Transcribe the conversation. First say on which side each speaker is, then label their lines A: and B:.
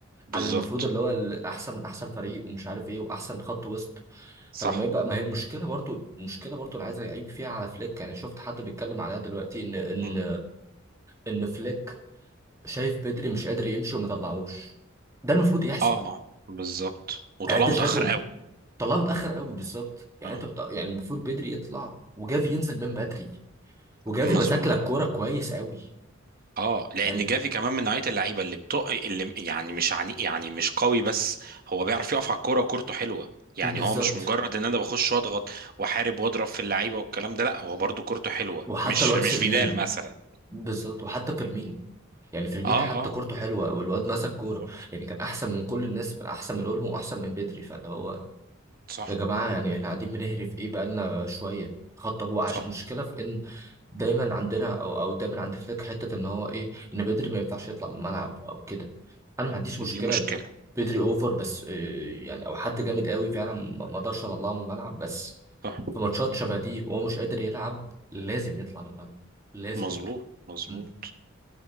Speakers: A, on the right; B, on the right.
A: بالظبط
B: على المفروض اللي هو احسن احسن فريق ومش عارف ايه واحسن خط وسط
A: صح
B: فلما يبقى ما هي المشكله برضو المشكله برضو انا عايز اعيب فيها على فليك يعني شفت حد بيتكلم عليها دلوقتي ان ان
A: م.
B: ان فليك شايف بدري مش قادر يمشي وما طلعوش ده المفروض يحصل
A: اه بالظبط وطلعه
B: يعني انت
A: متاخر
B: شايفه م-
A: قوي
B: طلعه متاخر قوي بالظبط يعني
A: اه
B: انت بت... يعني المفروض بدري يطلع وجافي ينزل من بدري وجافي
A: مظبوط
B: ماسك لك كوره كويس قوي
A: اه لان
B: يعني
A: جافي كمان من نوعيه اللعيبه اللي بتق اللي يعني مش عني يعني مش قوي بس هو بيعرف يقف على الكوره وكورته حلوه يعني
B: بالظبط
A: هو مش مجرد ان انا بخش واضغط واحارب واضرب في اللعيبه والكلام ده لا هو برضو كورته حلوه
B: وحتى
A: مش
B: الواد
A: مش
B: فيرمين
A: فيدال مثلا
B: بالظبط وحتى فيرمين يعني فيرمين
A: اه
B: حتى
A: اه
B: كورته حلوه والواد مسك
A: بالظبط
B: كوره يعني كان احسن من كل الناس احسن من اولمو واحسن من بدري فاللي هو
A: صح
B: يا جماعة يعني احنا قاعدين بنهري في ايه بقالنا شوية خط هو عش...
A: صح
B: مشكلة في ان دايما عندنا او او دايما عند فليك حتة ان هو ايه ان بدري ما ينفعش يطلع من الملعب او كده انا ما عنديش مشكلة
A: دي مشكله
B: بدري اوفر بس إيه يعني او حد جامد قوي فعلا ما ما اقدرش اطلعه من الملعب بس
A: صح
B: في ماتشات شبه دي وهو مش قادر يلعب لازم يطلع من الملعب لازم
A: مظبوط
B: يطلع
A: مظبوط
B: مم.